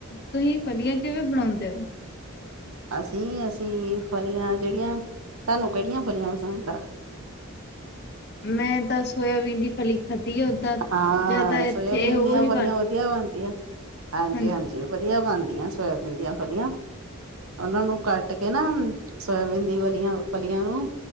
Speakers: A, on the left; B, on the right.
A: ਤੁਸੀ ਫਲੀਆਂ ਕਿਵੇਂ ਬਣਾਉਦੇ ਹੋ।
B: ਅਸੀ-ਅਸੀ ਫਲੀਆਂ ਜਿਹੜੀਆਂ ਤੁਹਾਨੂੰ ਕਿਹੜੀਆਂ ਫਲੀਆਂ ਪਸੰਦ ਆ।
A: ਮੈਂ ਤਾਂ ਸੋਇਬੀਨ ਦੀ ਫਲੀ ਖਾਧੀ ਆ ਓਦਾਂ
B: ਹਾਂ
A: ਜਿਆਦਾ ਇੱਥੇ
B: ਸੋਇਆਬੀਨ
A: ਇਹ ਉਹੀ
B: ਦੀਆਂ ਫਲੀਆਂ
A: ਬਣ
B: ਵਧੀਆ
A: ਦੀ।
B: ਬਣਦੀਆਂ। ਹਾਂਜੀ-ਹਾਂਜੀ
A: ਹਾਂਜੀ
B: ਵਧੀਆ ਬਣਦੀਆਂ ਸੋਇਆਬੀਨ ਦੀਆਂ ਫਲੀਆਂ। ਉਹਨਾਂ ਨੂੰ ਕੱਟ ਕੇ ਨਾ ਸੋਇਬੀਨ ਦੀ ਵਾਲੀਆਂ ਫਲੀਆਂ ਨੂੰ।